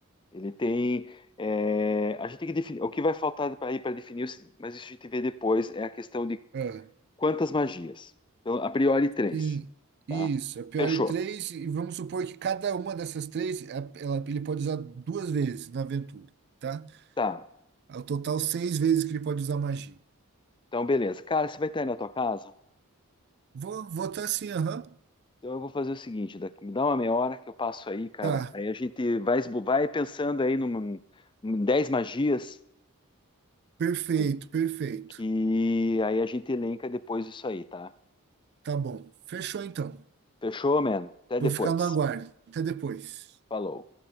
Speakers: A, on the left (about 20°); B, on the right (about 50°).
A: Ele tem. é, a gente tem que definir. O que vai faltar para para definir, o- mas isso a gente vê depois, é a questão de
B: ah,
A: quantas magias. Então, a priori, três.
B: Sim, isso.
A: Tá?
B: É pior
A: Fechou.
B: de três, e vamos supor que cada uma dessas três, a- ela, ele pode usar duas vezes na aventura, tá?
A: Tá.
B: Ao total, seis vezes que ele pode usar magia.
A: Então, beleza. Cara, você vai estar aí na tua casa?
B: Vou, vou tá assim, aham.
A: Então eu vou fazer o seguinte, daqui, me dá uma meia hora que eu passo aí, cara.
B: Tá,
A: Aí a gente vai, esbo- vai pensando aí numa, em 10 magias
B: perfeito,
A: tem-
B: perfeito.
A: que aí a gente elenca depois isso aí, tá?
B: Tá bom. Fechou então.
A: Fechou, man? Até
B: Vou
A: depois.
B: ficar no aguardo. Até depois.
A: Falou.